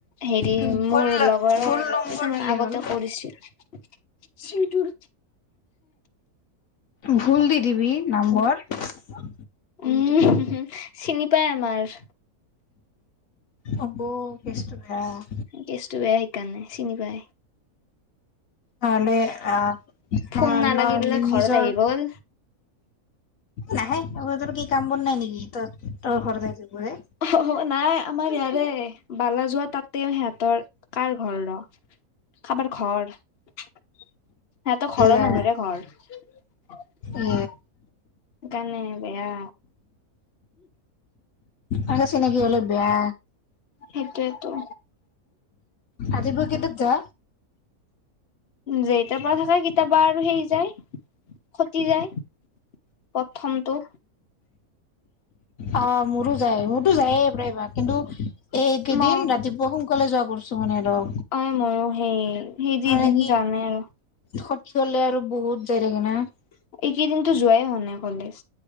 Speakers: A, on the left; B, on the left.
A: হেৰি
B: ভুল
A: মোৰ লগৰ
B: ভুল নম্বৰ
A: কেইটামান
B: দিলে
A: আগতে
B: হ'ল
A: কৰিছিল। চিলটুৰ
B: ভুল দি দিবি নাম্বৰ উ
A: উম চিনি পায় আমাৰ
B: হ'ব <unintelligible>
A: কেচটো টো বেয়া সেইকাৰণে চিনি পাই
B: নহলে আহ
A: ফোন নালাগি
B: ন
A: বোলে ঘৰত
B: নিজৰ
A: আহি গ'ল
B: নাহে আৰু কি কাম বন নাই নেকি তৰ ঘৰত আহিবলে
A: অ নাই আমাৰ ইয়াৰে বালাজোৱা তাতেও সিহঁতৰ কাৰ ঘৰ ৰ কাৰোবাৰ ঘৰ সিহঁতৰ তো ঘৰৰ
B: এয়া
A: মানুহৰে ঘৰ সেইকাৰণে
B: এ
A: বেয়া
B: আগতে চিনাকি হলে অলপ বেয়া
A: সেইটোৱেটো
B: ৰাতিপুৱা কেইটাত যা
A: যেটাৰ পৰা থকা কিতাবা আৰু হেৰি যায় খতি যায় প্ৰথমটো
B: অ মোৰো যাই মোৰতো যায়ে প্ৰায়ব কিন্তু এইকেইদিন
A: ন
B: ৰাতিপুৱা সোনকালে যোৱা কৰো <unintelligible>
A: অ ময়ো সেই সেই যিদিন
B: মানে কি
A: যোৱা নাই আৰু
B: সতি হলে আৰু বহুত <unintelligible>
A: এইকেইদিনতো যোৱাই হোৱা নাই কলেজ